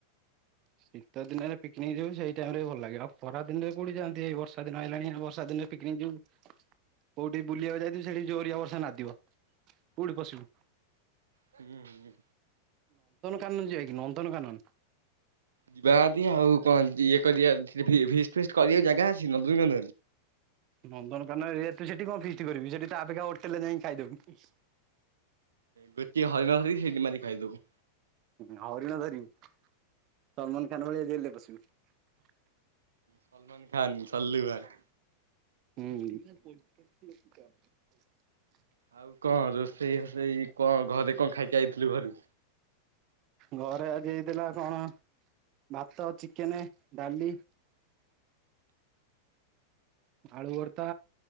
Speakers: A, on the right; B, on the right.
A: ଶୀତ ଦିନରେକନିକ ଯିବୁ ସେଇ ଟାଇମ ରେ ଭଲ ଲାଗେ ଆଉ ଖରା ଦିନରେ କୋଉଠିଆନ୍ତି ଏଇ ବର୍ଷା ଦିନ ହେଲାଣି ବର୍ଷା ଦିନରେ ପିକ ନିକ୍ ଯିବୁ କୋଉଠି ବୁଲିବାକୁ ଯାଇଥିବୁ ସେଠି ଜୋରିଆ ବର୍ଷା ନାଦିବ କୋଉଠି ପଶିବୁ।
B: ହୁଁ।
A: କାନନ ଯକ କି ନନ୍ଦନକାନନ
B: ଯିବା ଯଦି ଆଉ କଣ ଇଏ କରିବା କରିବାକୁ ଫିଷ୍ଟ ଫିଷ୍ଟୀ ଜାଗା ଅଛି ନନ୍ଦନ
A: ନନ୍ଦନକାନନ ତୁ ସେଠି କଣ ଫିକ୍ କରିବି ସେଠି ତପେକ୍ଷା ହୋଟେଲ ରେ ଯାଇ ଖାଇଦବୁ
B: ଗୋଟି ହରିନ ଧରିକି ସେଠୀ ମାରିକି ଖାଇଦବୁ।
A: ହରିଣ ଧରି ସଲମାନ ଖାନ ଭଳିଆ ଜେଲ୍ ପଶିବୁ।
B: ସଲମାନ ଖାନ ସଲ୍ଲୁ ଭାଇ।
A: ହୁଁ।
B: ଆଉ କଣ ରୋଷେଇ ହୋଷେଇ କଣ ଘରେ କଣ ଖାଇକି ଆଇଥିଲୁ ଘରୁ
A: ଘରେ ଆଜି ହେଇଥିଲା କଣ ଭାତ, ଚିକେନ, ଡାଲି। ଆଳୁ ଭର୍ତା,